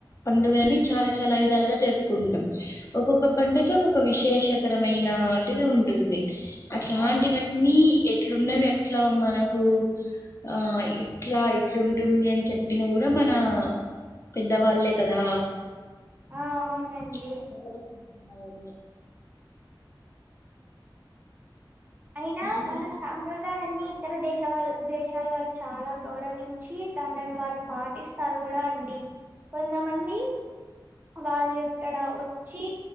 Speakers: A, on the left (about 40°); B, on the right (about 25°).
A: పండుగని చాలా చాలా విధాలుగా జరుపుకుంటాం ఒక్కొక్క పండుకి ఒక్కొక్క విశేషతరమైనటిది ఉంటుంది అట్లాంటివన్నీ
B: ఆ
A: ఎట్లున్నావి ఇట్లా మనకు ఆ ఇట్లా ఇట్లాంటుంది అని చెప్ప <unintelligible> కూడా మన పెద్దవాళ్ళే కదా <unintelligible>
B: ఆ అవునండి అయినా
A: ఈ
B: మా సంప్రదాయ అన్ని ఇతర దేశ వాళ్ళ దేశాలు వాళ్ళు చాలా గౌరవించి <unintelligible> వాళ్ళు పాటిస్తారు కూడా అండి కొంతమంది వాళ్ళు ఇక్కడ వచ్చి